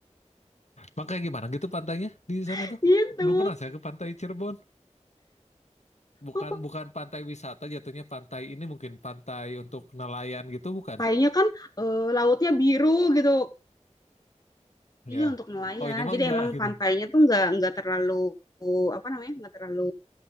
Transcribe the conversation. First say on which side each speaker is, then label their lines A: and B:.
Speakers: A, on the left; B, on the left.
A: Makanya gimana gitu pantainya di sana
B: <laughs>
A: tuh?
B: gitu.
A: Belum pernah saya ke pantai Cirebon. Bukan
B: Kok
A: bukan pantai wisata jatuhnya pantai ini mungkin pantai untuk nelayan gitu bukan?
B: pantainya kan eh, lautnya biru gitu. Iya
A: Ya.
B: untuk nelayan.
A: Oh ini mah
B: Jadi
A: enggak
B: emang
A: gitu.
B: pantainya tuh nggak nggak terlalu apa namanya nggak terlalu